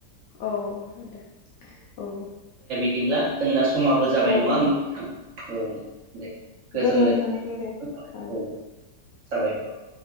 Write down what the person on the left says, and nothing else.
औे दे औ
औ
दे
गोजोनथोंसै
दे। ओं